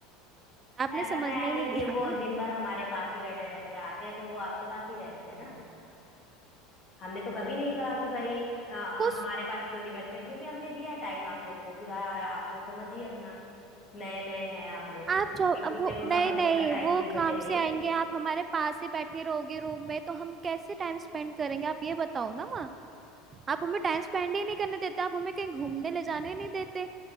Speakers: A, on the right; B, on the left.
A: आपने
B: ऐसा
A: समझने
B: तो है
A: ही
B: नहीं
A: नहीं दिया
B: कि वो
A: ना
B: दिन भर हमारे पास ही बैठे रहते हैं आते हैं तो वो आपके पास ही बैठते हैं ना हमने तो कभी नहीं कहा कि भाई अ,
A: उस
B: हमारे पास क्यों नहीं बैठते हैं क्योंकि हमने दिया टाइम आप लोग को कि भाई आप लोग समझिए अपना नए नए हैं आप लोग
A: आप जो
B: एक दूसरे
A: अब वो
B: को
A: नहीं
B: समझने
A: नहीं
B: का टाइम
A: वो
B: भी
A: काम
B: तो चाहिए
A: से आएंगे आप हमारे पास ही बैठे रहोगे रूम में तो हम कैसे टाइम स्पेंड करेंगे आप ये बताओ ना माँ आप हमें टाइम स्पेंड ही नहीं करने देते आप हमें कहीं घूमने ले जाने नहीं देते